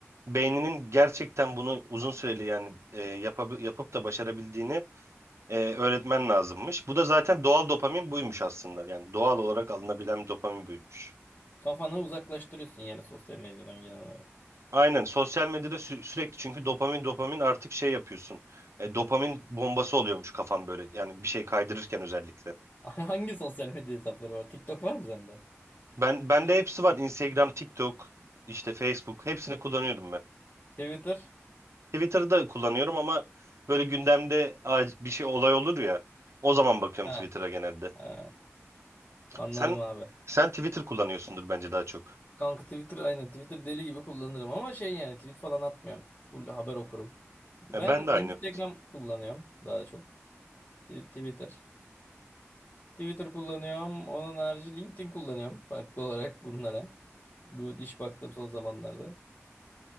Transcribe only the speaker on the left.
Kafanı uzaklaştırıyorsun yani sosyal medyadan genel olarak.
<laughs> Hangi sosyal medya hesapları var? TikTok var mı sende?
Twitter?
Ha.
Ha. Anladım
abi.
Kanka Twitter aynı. Twitter deli gibi kullanırım ama şey yani tweet falan atmıyorum. Full haber okurum. Ben
Instagram kullanıyorum daha çok. T- Twitter. Twitter kullanıyorum. Onun harici LinkedIn kullanıyorum. Farklı olarak bunlara. Bu iş baktım son zamanlarda.